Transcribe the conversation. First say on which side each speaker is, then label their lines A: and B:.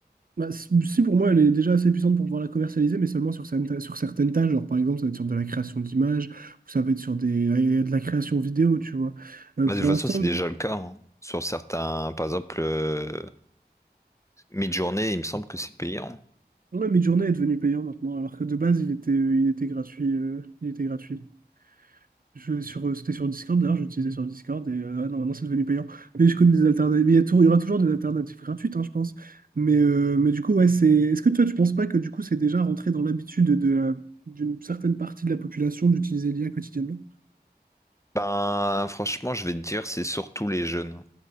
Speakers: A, on the right; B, on the left.
A: Bah, c- si pour moi elle est déjà assez puissante pour pouvoir la commercialiser, mais seulement sur, certaines sur certaines tâches, genre par exemple ça va être sur de la création d'images, ou ça va être sur des, de la création vidéo, tu vois. Euh,
B: Bah,
A: pour
B: de toute façon,
A: l'instant,
B: c'est déjà le cas hein. Sur certains, par exemple. euh, Mid-journée, il me semble que c'est payant.
A: ouais, Midjourney est devenu payant maintenant, alors que de base il était, il était gratuit, euh, il était gratuit. Je, sur, euh, c'était sur Discord, d'ailleurs, j'utilisais sur Discord et euh, ah non, maintenant c'est devenu payant. Mais je connais des alternatives. Il y a tou- il y aura toujours des alternatives gratuites, hein, je pense. Mais, euh, mais du coup, ouais, c'est. Est-ce que toi, tu penses pas que du coup, c'est déjà rentré dans l'habitude de la- d'une certaine partie de la population d'utiliser l'IA quotidiennement?
B: Ben, franchement, je vais te dire, c'est surtout les jeunes, hein,